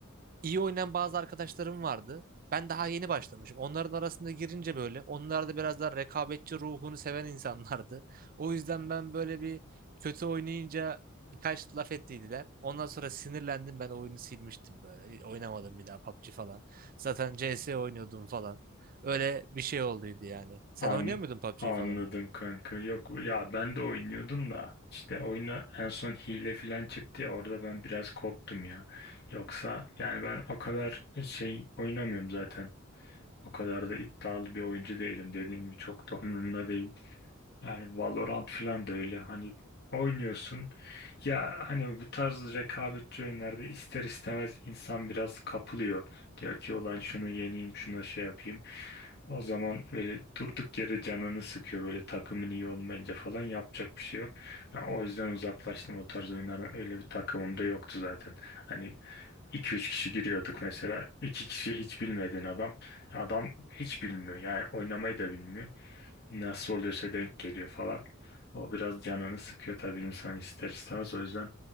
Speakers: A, on the right; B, on the left.
A: İyi oynayan bazı arkadaşlarım vardı. Ben daha yeni başlamışım. Onların arasında girince böyle onlar da biraz daha rekabetçi ruhunu seven insanlardı. O yüzden ben böyle bir kötü oynayınca birkaç laf ettiydiler. Ondan sonra sinirlendim ben oyunu silmiştim böyle. Oynamadım bir daha PUBG falan. Zaten CS oynuyordum falan. Öyle bir şey olduydu yani. Sen
B: An
A: oynuyor muydun PUBG
B: anladım
A: falan?
B: kanka. Yok ya ben de oynuyordum da işte oyuna en son hile falan çıktı ya orada ben biraz koptum ya. Yoksa yani ben o kadar şey oynamıyorum zaten. O kadar da iddialı bir oyuncu değilim. Dediğim gibi çok da <laughs> umurumda değil. Yani Valorant falan da öyle hani oynuyorsun ya hani bu tarz rekabetçi oyunlarda ister istemez insan biraz kapılıyor. Diyor ki ulan şunu yeneyim şuna şey yapayım. O zaman böyle durduk yere canını sıkıyor böyle takımın iyi olmayınca falan yapacak bir şey yok. Ben o yüzden uzaklaştım o tarz oyunlardan öyle bir takımım da yoktu zaten. Hani iki üç kişi giriyorduk mesela 2 kişi hiç bilmediğin adam adam hiç bilmiyor yani oynamayı da bilmiyor nasıl oluyorsa denk geliyor falan. O biraz canını sıkıyor tabii insan ister istemez. O yüzden